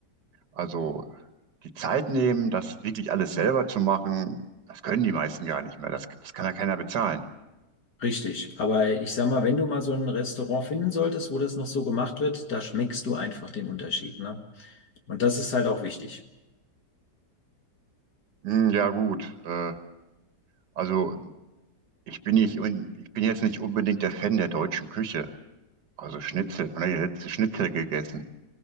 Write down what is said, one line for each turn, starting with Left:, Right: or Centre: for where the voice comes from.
Right: Also die Zeit nehmen, das wirklich alles selber zu machen, das können die meisten gar nicht mehr. Das, das kann ja keiner bezahlen.
Left: Richtig. Aber ich sag mal, wenn du mal so ein Restaurant finden solltest, wo das noch so gemacht wird, da schmeckst du einfach den Unterschied. Ne? Und das ist halt auch wichtig.
Right: Hm, ja gut, äh, also ich bin nicht, un- ich bin jetzt nicht unbedingt der Fan der deutschen Küche. Also Schnitzel, man hat ja letzte Schnitzel gegessen.